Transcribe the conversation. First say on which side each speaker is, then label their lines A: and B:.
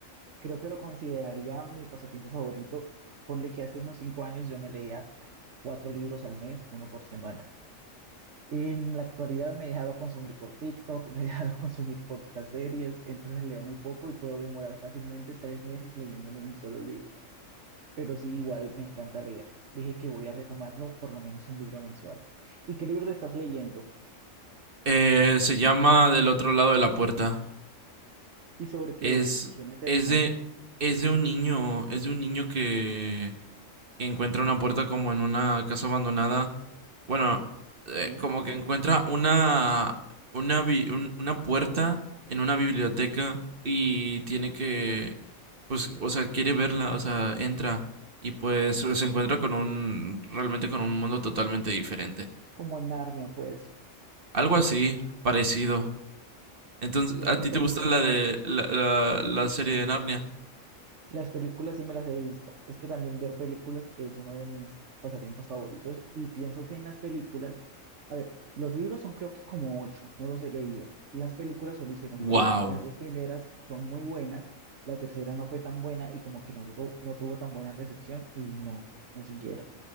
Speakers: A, on the right; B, on the right.
A: creo que lo consideraría mi pasatiempo favorito. Ponle que hace unos cinco años yo me leía cuatro libros al mes, uno por semana. En la actualidad me he dejado consumir por TikTok, me he dejado <laughs> consumir por las series, entonces leo muy poco y puedo demorar fácilmente tres meses leyéndome un solo libro. pero sí, igual me encanta leer. Dije que voy a retomarlo por lo menos un libro mensual. ¿Y qué libro te estás leyendo?
B: Eh, se llama Del otro lado de la puerta.
A: ¿Y sobre qué
B: Es,
A: es? Suena interesante.
B: es de, es de un niño, es de un niño que y encuentra una puerta como en una casa abandonada. Bueno, eh,
A: Sí,
B: como que encuentra una, una, bi- un- una puerta en una biblioteca y tiene que, pues, o sea, quiere verla, o sea, entra y pues se encuentra con un, realmente con un mundo totalmente diferente.
A: como en Narnia, pues.
B: Algo así, parecido. Entonces,
A: Ve
B: ¿a
A: interesante.
B: ti te gusta la de la, la, la serie de Narnia?
A: Las películas sí me las he visto. Es que también ver películas es uno de mis pasatiempos favoritos y pienso que en las películas, a ver, los libros son creo que como ocho, no los he leído. Las películas solo hicieron
B: Wow.
A: tres. Las dos primeras son muy buenas, la tercera no fue tan buena y como que no, duró- no tuvo tan buena recepción y no, no siguieron.